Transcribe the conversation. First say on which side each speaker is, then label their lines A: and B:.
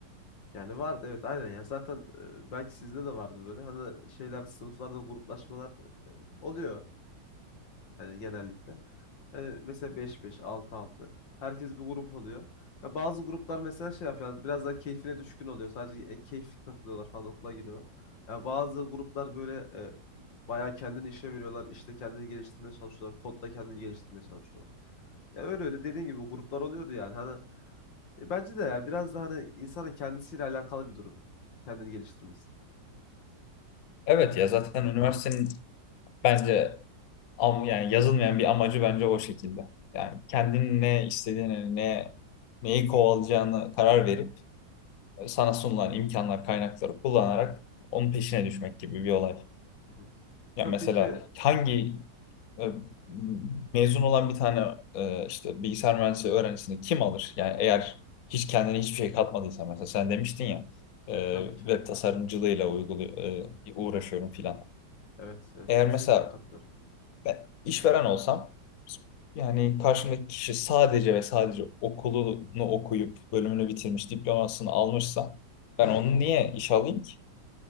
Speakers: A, on the left (about 85°); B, on the left (about 60°).
A: Yani vardı evet aynen Yani zaten e, belki sizde de vardı böyle hani şeyler sınıflarda gruplaşmalar e, oluyor hani genellikle. Yani mesela beş beş, altı altı, herkes bir grup oluyor. Ya bazı gruplar mesela şey yapıyor yani biraz daha keyfine düşkün oluyor sadece e, keyifli takılıyorlar falan okula giriyorlar. Ya bazı gruplar böyle e, bayağı kendini işe veriyorlar. işte kendini geliştirmeye çalışıyorlar. Kodda kendini geliştirmeye çalışıyorlar. Ya öyle öyle dediğin gibi gruplar oluyordu yani. Hani e, bence de ya biraz da hani insanın kendisiyle alakalı bir durum. Kendini geliştirmesi.
B: Evet ya zaten üniversitenin bence am, yani yazılmayan bir amacı bence o şekilde. Yani kendinin ne istediğini, ne neyi kovalayacağını karar verip e, sana sunulan imkanlar, kaynakları kullanarak onun peşine düşmek gibi bir olay.
A: Hı hı.
B: Ya
A: Sen
B: mesela
A: peki
B: hangi e, mezun olan bir tane e, işte bilgisayar mühendisliği öğrencisini kim alır? Yani eğer hiç kendine hiçbir şey katmadıysa mesela sen demiştin ya e,
A: tabii ki.
B: web tasarımcılığıyla uygulu e, uğraşıyorum filan.
A: Evet, evet
B: Eğer
A: kesinlikle
B: mesela
A: katılıyorum.
B: ben işveren olsam yani karşımdaki kişi sadece ve sadece okulunu okuyup bölümünü bitirmiş diplomasını almışsa ben onu niye işe alayım ki?